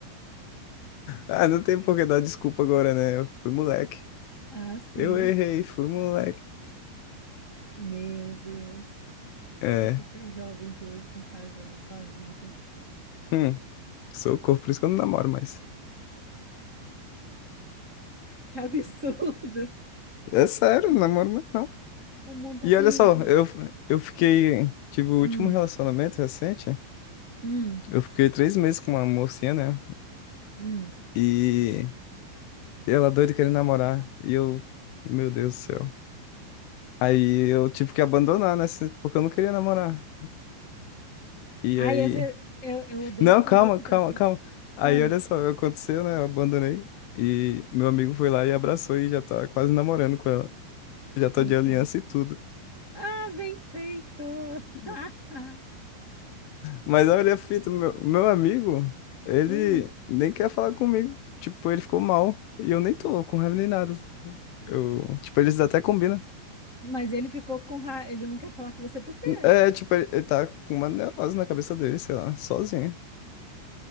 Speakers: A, on the left; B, on the right.
A: Ah, não tem por que dar desculpa agora, né? Eu fui moleque.
B: Ah, sim.
A: Eu errei, fui moleque.
B: Meu Deus. O
A: É.
B: que é que esses jovens de hoje estão fazendo com a vida?
A: Hum, socorro, por isso que eu não namoro mais.
B: Que absurdo!
A: É sério, não namoro mais não.
B: O mundo tá
A: E
B: perdido.
A: olha só, eu, eu fiquei. Tive o
B: Hum,
A: último relacionamento recente.
B: hum,
A: Eu fiquei três meses com uma mocinha, né?
B: hum.
A: E ela doida querendo namorar. E eu. Meu Deus do céu. Aí eu tive que abandonar, né? se- Porque eu não queria namorar. E
B: Aí,
A: aí.
B: às vezes, eu, eu odeio
A: Não,
B: quando
A: calma,
B: acontece
A: calma, calma.
B: isso.
A: Aí
B: Ah,
A: olha só, aconteceu, né? Eu abandonei. E meu amigo foi lá e abraçou e já tá quase namorando com ela. Já tá
B: bem
A: de
B: feito.
A: aliança e tudo.
B: Ah, bem feito! <laughs>
A: <laughs> Mas olha a fita, meu, meu amigo, ele
B: Hum,
A: nem quer falar comigo. Tipo, ele ficou mal. E eu nem tô com raiva nem nada. Eu, tipo, eles até combinam.
B: mas ele ficou com raiva. Ele não quer falar com você por quê?
A: É, é, tipo, ele, ele tá com uma neurose na cabeça dele, sei lá, sozinho.